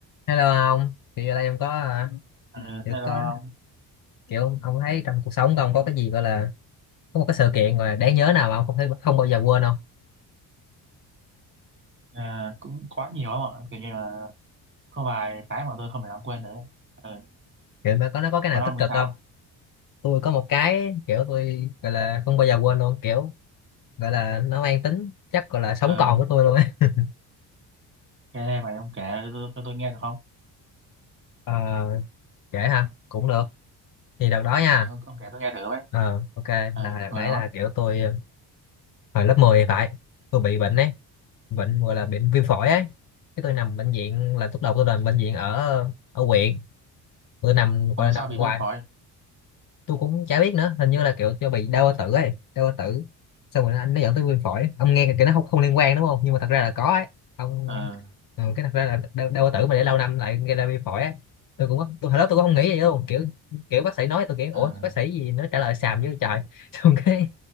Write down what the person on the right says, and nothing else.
Ờ,
hello
ông
Ờ, cũng quá nhiều không ạ kiểu như là có vài cái mà tôi không thể nào quên được ấy. Ờ,
còn
ông
thì sao
ờ
nghe vậy ông kể cho tôi, tôi nghe được không
ờ, ông ông kể tôi nghe thử với
ờ
hồi
đó
ông
mà
sao bị
viêm phổi
ờ
ờ